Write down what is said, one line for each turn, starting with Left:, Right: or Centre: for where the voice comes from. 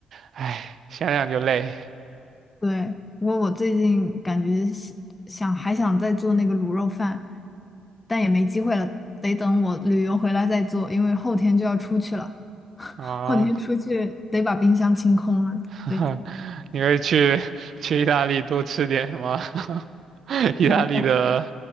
Right: 唉，想想就累
Left: 对，不过我最近感觉想想还想再做那个卤肉饭，但也没机会了，得等我旅游回来再做，因为后天就要出去了，<laughs>
Right: 啊。
Left: 后天出去得把冰箱清空了，
Right: <laughs>
Left: 所以就
Right: 你会去去意大利多吃点什么？<laughs> 意大利的
Left: 嗯，